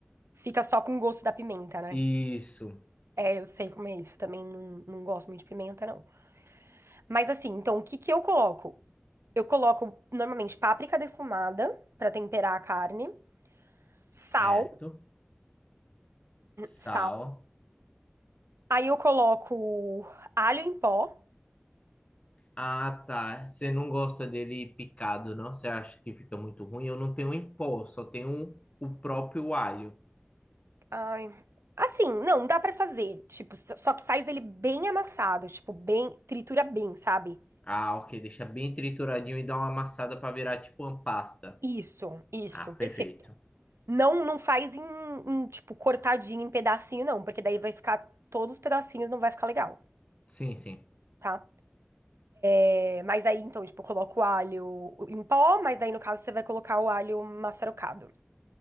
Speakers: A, on the right; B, on the left.
A: Fica só com o gosto da pimenta, né?
B: Isso,
A: É, eu sei como é isso. Também não, não gosto muito de pimenta, não. Mas assim, então o que que eu coloco? Eu coloco normalmente páprica defumada pra temperar a carne,
B: certo.
A: sal,
B: Sal.
A: sal. Aí eu coloco alho em pó.
B: Ah, tá. Você não gosta dele picado, não? Você acha que fica muito ruim? Eu não tenho em pó, só tenho o próprio alho.
A: Ai, assim, não, dá pra fazer, tipo, só só que faz ele bem amassado, tipo, bem, tritura bem, sabe?
B: Ah, ok. Deixa bem trituradinho e dá uma amassada para virar tipo uma pasta.
A: Isso, isso,
B: Ah, perfeito.
A: perfeito. Não, não faz em, em, tipo cortadinho em pedacinho não, porque daí vai ficar todos os pedacinhos, não vai ficar legal.
B: Sim, sim.
A: tá? É, mas aí, então, tipo, eu coloco o alho em pó, mas aí, no caso, você vai colocar o alho maçarocado.